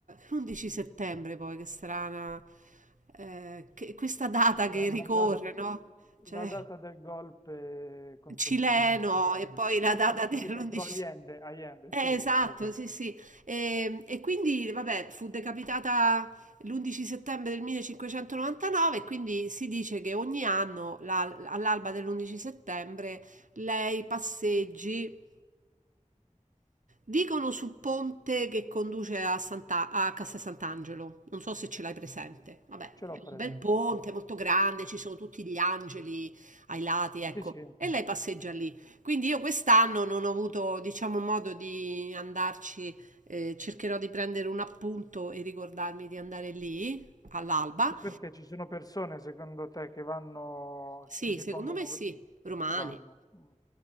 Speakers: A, on the right; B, on the left.
A: l'11 settembre poi, che strana, ehm, che questa data che
B: La, la
A: ricorre,
B: da-
A: no, cioè,
B: la
A: <laughs>
B: data del golpe contro
A: cileno
B: Pinochet, certo.
A: e poi
B: <laughs>
A: la data dell'11
B: Sì, contro Allende, Allende,
A: eh,
B: sì,
A: esatto,
B: sì, sì, è vero.
A: sì, sì. E, e quindi, vabbè, fu decapitata l'11 settembre del 1599 e quindi si dice che ogni anno, la- all'alba dell'11 settembre, lei passeggi Dicono sul ponte che conduce a, Santa- a Castel Sant'Angelo, non so se ce l'hai presente. Vabbè,
B: Ce l'ho
A: è un
B: presente.
A: bel ponte molto grande, ci sono tutti gli angeli ai lati, ecco.
B: Sì, sì.
A: E lei passeggia lì. Quindi io quest'anno non ho avuto, diciamo, modo di andarci. eh, cercherò di prendere un appunto e ricordarmi di andare lì all'alba.
B: Ma perché ci sono persone, secondo te, che vanno,
A: Sì,
B: che si
A: secondo
B: pongono,
A: me sì, romani.
B: vanno, mm,